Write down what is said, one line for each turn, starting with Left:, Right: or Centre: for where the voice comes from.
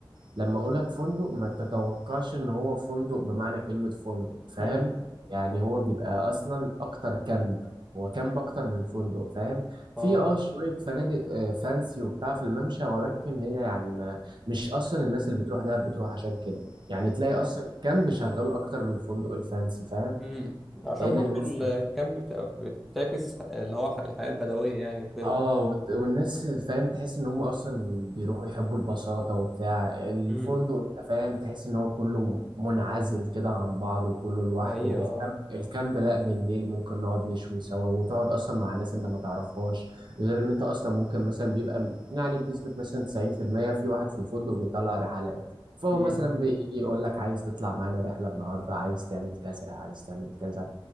Right: لما اقولك فندق ما تتوقعش ان هو فندق بمعنى كلمة فندق فاهم
Centre: امم
Right: يعني هو بيبقى اصلا اكتر كامب هو كامب اكتر من فندق فاهم في
Centre: اه
Right: اه شوية فنادق آه، فانسي وبتاع في الممشى ولكن هي يعني ما مش اصلا الناس اللي بتروح دهب بتروح عشان كده يعني تلاقي اصلا الكامب شغال اكتر من الفندق الفانسي فاهم
Centre: امم عشان
Right: لان
Centre: برضو
Right: الناس
Centre: الكامب بتبقى بتعكس اللي هو الحياة البدوية يعني وكده
Right: اه وت- والناس فاهم تحس ان هم اصلا بيروحوا يحبوا البساطة وبتاع الفندق
Centre: امم
Right: انت فاهم تحس ان هو كله منعزل كده عن بعض وكله لوحده
Centre: ايوه
Right: الكامب الكامب لا بالليل ممكن نقعد نشوي سوا وتقعد اصلا مع ناس انت ما تعرفهاش غير ان انت اصلا ممكن مثلا بيبقى م- يعني بنسبة مثلا 90% في المية في واحد في الفندق بيطلع رحلات فهو
Centre: امم
Right: مثلا بيجي يقول لك عايز تطلع معانا رحلة النهاردة عايز تعمل كذا عايز تعمل كذا